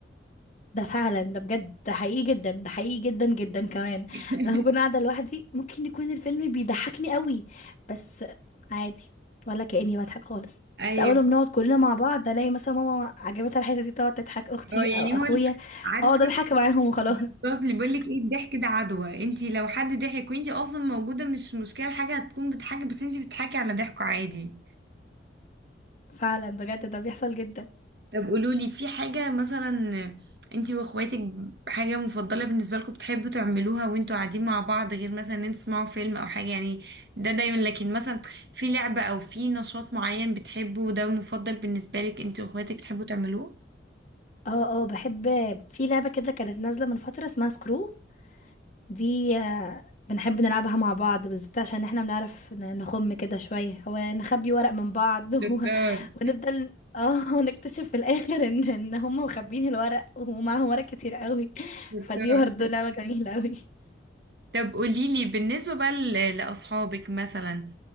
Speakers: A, on the left (about 40°); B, on the right (about 60°).
A: ده فعلا ده بجد ده حقيقي جدا ده حقيقي جدا جدا كمان
B: <laughs>
A: انا لو كنت قاعده لوحدي ممكن يكون الفيلم بيضحكني قوي بس عادي ولا كاني بضحك خالص
B: ايوه
A: بس اول ما بنقعد كلنا مع بعض الاقي مثلا ماما عجبتها الحته دي تقعد تضحك اختي
B: اه يعني
A: او اخويا
B: هو ال- عارفه
A: اقعد
B: الأستاذ
A: اضحك معاهم وخلاص
B: اللي بيقول لك ايه الضحك ده عدوى انت لو حد ضحك وانت اصلا موجوده مش مشكله الحاجه هتكون بتضحكي بس انت بتضحكي على ضحكه عادي
A: <laughs> فعلا بجد ده بيحصل جدا
B: طب قولولي في حاجة مثلا انتي واخواتك حاجة مفضلة بالنسبة لكم بتحبوا تعملوها وانتوا قاعدين مع بعض غير مثلا ان انتوا تسمعوا فيلم او حاجة يعني ده دايما لكن مثلا في لعبة او في نشاط معين بتحبه وده مفضل بالنسبة لك انتي واخواتك بتحبوا تعملوه
A: اه اه بحب في لعبه كده كانت نازله من فتره اسمها سكرو دي آه، بنحب نلعبها مع بعض بالذات عشان احنا بنعرف ن- نخم كده شوية هو نخبي ورق من بعض <laughs>
B: شطار
A: و... ونفضل اه نكتشف في الاخر ان ان هم مخبين الورق ومعاهم ورق كتير قوي
B: شطار
A: فدي برضه لعبة جميلة قوي
B: طب قوليلي بالنسبة بقى ل- لأصحابك مثلا